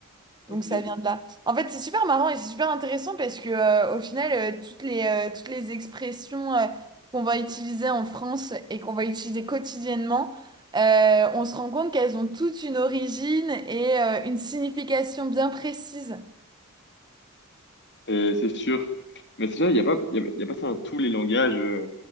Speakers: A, on the left (about 50°); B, on the right (about 20°).
A: Ok.
B: Donc ça vient de là. En fait, c'est super marrant et c'est super intéressant parce que euh, au final, euh, toutes les, euh, toutes les expressions euh, qu'on va utiliser en France et qu'on va utiliser quotidiennement, euh, on se rend compte qu'elles ont toutes une origine et euh, une signification bien précise.
A: Euh, c'est sûr. Mais c'est vrai, il n'y a pas, il y a, il y a pas ça dans tous les langages. euh,